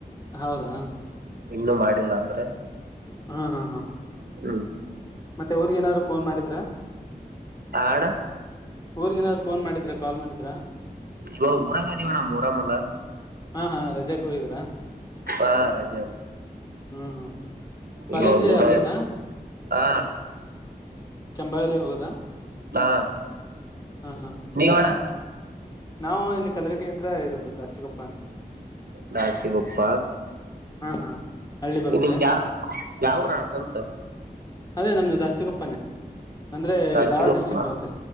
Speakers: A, on the left (about 25°); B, on the right (about 70°).
A: ಹೌದಾ
B: ಇನ್ನು ಮಾಡಿಲ್ಲ ಆದ್ರೆ
A: ಹಾ ಹಾ ಹಾ
B: ಹ್ಮ್
A: ಮತ್ತೆ ಊರಿಗೆನಾದರು ಫೋನ್ ಮಾಡಿ
B: ಆ ಅಣ್ಣ
A: ಊರಿಗೆನರ ಫೋನ್ ಮಾಡಿದ್ರೆ ಕಾಲ್ ಮಾಡಿದ್ರ
B: ಇವಾಗ ಊರಾಗ ಅದೀವಣ್ಣ ಮೊಹರಂ ಅಲ್ಲ
A: ಹಾ ಹಾ ರಜಕ್ ಹೋಗಿದ್ರಾ
B: ಹಾ ರಜ
A: ಹ್ಮ್ ಹ್ಮ್ ಕಾಲೇಜ್
B: ಇವಾಗ ಊರ
A: ಅಲ್ಲೇನಾ
B: ಹ
A: ಕೆಂಭಾವಿಲ್ಲೆ ಹೋಗೋದಾ
B: ಹಾ
A: ಹಾ ಹಾ
B: ನೀವ್ ಅಣ್ಣ
A: ನಾವು ಇಲ್ಲಿ ಕಲಗಟಿ ಹತ್ರ ಇರೋದು ದಾಸಗಪ್ಪ
B: ದಾಸ್ತಿಗೊಪ್ಪ
A: ಹಾ ಹಾ ಹಳ್ಳಿ ಬರುತ್ತೆ
B: ನಿಮ್ಮದ ಯಾ ಯಾವ ಊರಣ್ಣ ಸ್ವಂತ
A: ಅದೇ ನಮ್ದು ದಾಸ್ತಿಗೊಪ್ಪನೇ ಅಂದ್ರೆ
B: ದಾಸ್ತಿಗೊಪ್ಪ
A: ಧಾರ್ವಾಡ ಡಿಸ್ಟ್ರಿಕ್ ಬರುತ್ತೆ